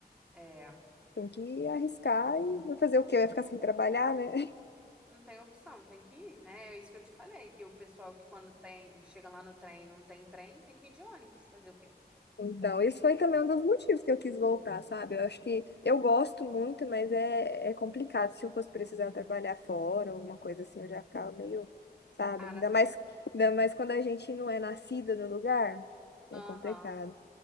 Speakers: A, in the centre; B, on the left.
A: É, é,
B: Tem que arriscar e vai fazer o quê? Vai ficar sem trabalhar, né?
A: não tem opção, tem que ir, né? É isso que eu te falei, que o pessoal que quando tem, chega lá no trem, e não tem trem, tem que ir de ônibus fazer o quê?
B: Então, isso foi também um dos motivos que eu quis voltar, sabe? Eu acho que eu gosto muito, mas é, é complicado. Se eu fosse precisar trabalhar fora, alguma coisa assim, eu já ficava meio, sabe?
A: Ah,
B: Ainda
A: na sua,
B: mais, ainda mais quando a gente não é nascida no lugar, é
A: aham,
B: complicado.